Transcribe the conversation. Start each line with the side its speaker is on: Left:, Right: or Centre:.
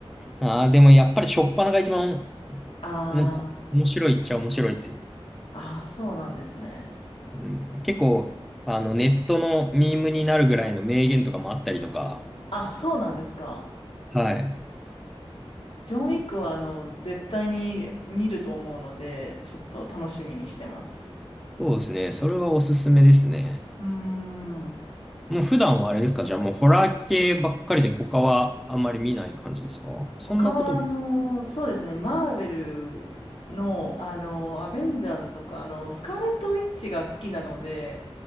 Centre: ああ、でもやっぱり初っ端が一番、
Left: あー
Centre: なんか、面白いっちゃ面白いですよ。
Left: あー、そうなんですね。
Centre: うん結構、あの、ネットのミームになるぐらいの名言とかもあったりとか、
Left: あ、そうなんですか。
Centre: はい。
Left: ジョン・ウィックはあの、絶対に見ると思うので、ちょっと楽しみにしてます。
Centre: そうですね。それはおすすめですね。
Left: うーん。
Centre: もう普段はあれですかじゃあもうホラー系ばっかりで他はあんまり見ない感じですかそんなこと
Left: 他はあの、そうですね、マーベルのあの、アベンジャーズとか、あの、スカーレット・ウィッチが好きなので、